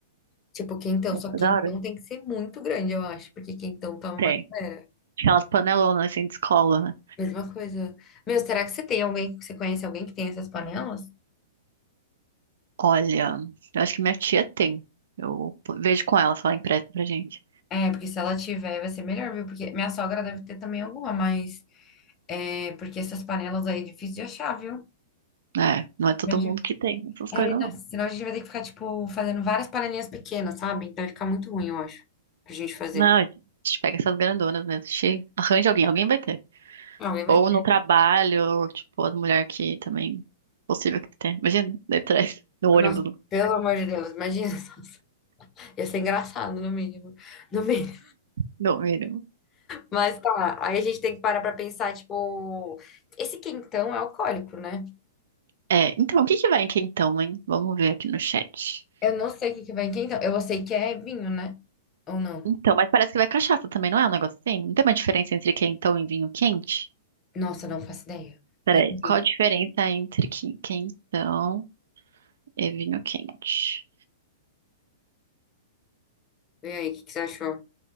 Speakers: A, on the left (about 25°); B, on the right (about 55°).
A: Tipo, quentão,
B: Gostoso
A: só que
B: da
A: quentão
B: hora.
A: tem que ser muito grande, eu acho, porque quentão toma uma
B: Tem.
A: galera.
B: Aquelas panelonas assim de escola, né?
A: Mesma coisa. Meu, será que você tem alguém, você conhece alguém que tem essas panelas?
B: Olha, eu acho que minha tia tem. Eu vejo com ela se ela empresta pra gente.
A: É, porque se ela tiver, vai ser melhor, viu? Porque minha sogra deve ter também alguma, mas é porque essas panelas aí é difícil de achar, viu?
B: É, não é todo
A: Imagina.
B: mundo que tem essas
A: É,
B: coisas,
A: então,
B: não.
A: senão a gente vai ter que ficar, tipo, fazendo várias panelinhas pequenas, sabe? Então vai ficar muito ruim, eu acho, pra gente fazer.
B: Não, a gente pega essas grandonas mesmo. Che... Arranja alguém, alguém vai ter.
A: Alguém vai
B: Ou
A: ter.
B: no trabalho, tipo, as mulheres que também. Possível que tenha. Imagina, daí atrás, <laughs> no ônibus,
A: Nossa, pelo amor de Deus, imagina só. Ia ser engraçado, no mínimo. No mínimo.
B: no mínimo.
A: Mas tá, aí a gente tem que parar pra pensar, tipo, esse quentão é alcoólico, né?
B: É, então, o que que vai em quentão, hein? Vamos ver aqui no chat.
A: Eu não sei o que que vai em quem, então. Eu sei que é vinho, né? Ou não?
B: Então, mas parece que vai cachaça também, não é um negócio assim? Não tem uma diferença entre quentão e vinho quente?
A: Nossa, não faço ideia.
B: Peraí,
A: Vem aqui.
B: qual a diferença entre qui- quentão e vinho quente?
A: Vem aí, o que que você achou?